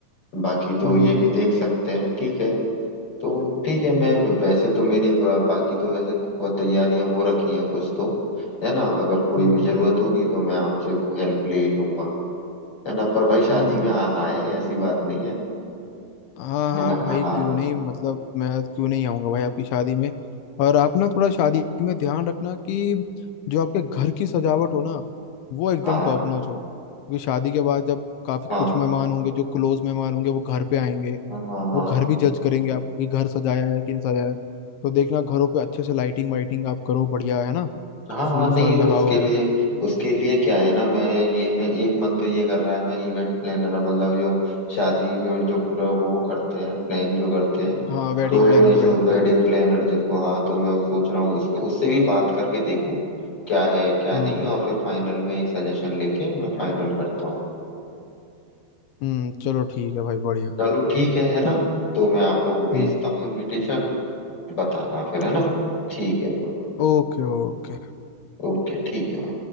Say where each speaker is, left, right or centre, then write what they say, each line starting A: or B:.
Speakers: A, on the left; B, on the left.
A: बाकी तो
B: हम्म
A: ये भी देख सकते हैं ठीक है तो ठीक है मैं वैसे तो मेरी ब- बाकी तो वैसे को- तैयारियां हो रखी हैं कुछ तो है ना अगर कोई
B: हम्म
A: भी जरूरत होगी तो मैं आपसे हेल्प ले ही लूंगा है ना पर भाई शादी
B: हम्म
A: में आना है ऐसी बात नहीं है
B: हाँ
A: है
B: हाँ
A: ना
B: भाई
A: हाँ
B: क्यों नहीं मतलब मैं क्यों नहीं आऊंगा भाई आपकी शादी में और आप ना थोड़ा शादी में ध्यान रखना कि जो आपके घर की सजावट हो ना वो एकदम
A: हाँ
B: टॉप नॉच हो क्योंकि शादी के बाद जब काफी
A: हाँ
B: कुछ मेहमान होंगे जो क्लोज मेहमान होंगे वो घर पे आएंगे
A: हाँ हाँ हाँ
B: वो घर भी जज करेंगे आपको कि घर सजाया है कि नहीं सजाया है तो देखना घरों पे अच्छे से लाइटिंग वाइटिंग आप करो बढ़िया है ना
A: हाँ
B: फूल
A: हाँ नहीं
B: फाल
A: उसके
B: लगाओ
A: लिए
B: आप
A: उसके लिए क्या है ना मैं ये मैं एक मन तो ये कर रहा है मैं इवेंट प्लानर मतलब जो शादी जो जो पूरा वो करते हैं प्लान जो करते हैं
B: हाँ वेडिंग
A: तो
B: प्लानर
A: मैं सोच
B: वेडिंग प्लानर
A: वेडिंग प्लानर जिसको हाँ तो मैं वो सोच रहा हूँ उसको उससे भी बात करके देखूँ क्या है क्या
B: हम्म
A: नहीं और फिर फाइनल में एक सजेशन लेके मैं फाइनल करता हूँ
B: हम्म चलो ठीक है भाई बढ़िया
A: चलो ठीक है है ना तो मैं आपको भेजता
B: हम्म
A: हूँ इनविटेशन बताना फिर है ना
B: ओ-
A: ठीक है ब्रो
B: ओके ओके
A: ओके ठीक है